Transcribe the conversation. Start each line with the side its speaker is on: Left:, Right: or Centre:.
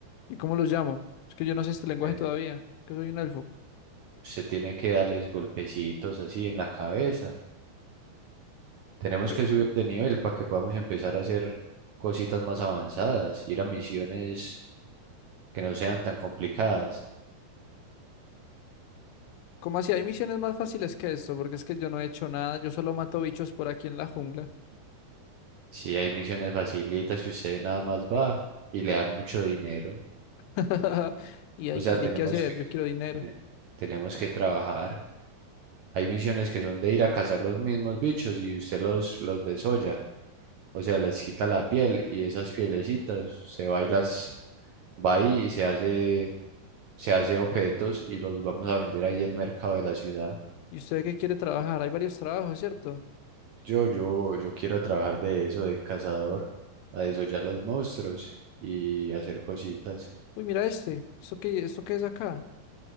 Left: ¿Y cómo los llamo? Es que yo no sé este lenguaje
Right: eh.
Left: todavía, que soy un elfo.
Right: Usted tiene que darles golpecitos así en la cabeza Tenemos
Left: Pero,
Right: que subir de nivel para que podamos empezar a hacer cositas más avanzadas, ir a misiones que no sean tan complicadas.
Left: ¿cómo así? Hay misiones más fáciles que esto, porque es que yo no he hecho nada, yo solo mato bichos por aquí en la jungla.
Right: Si hay misiones facilitas que usted nada más va y le dan mucho dinero,
Left: <laughs> ¿Y hay,
Right: o sea,
Left: qué
Right: tenemos
Left: hay que hacer?
Right: que,
Left: Yo quiero dinero.
Right: tene- tenemos que trabajar. Hay misiones que son de ir a cazar los mismos bichos y usted los, los desolla, o sea, les quita la piel y esas pielecitas se va y las va ahí y se hace, se hace objetos y los vamos a vender ahí al mercado de la ciudad.
Left: ¿Y usted qué quiere trabajar? Hay varios trabajos, ¿cierto?
Right: Yo, yo, yo quiero trabajar de eso, de cazador, a desollar los monstruos y hacer cositas.
Left: Uy, mira este. ¿Esto qué, esto qué es acá?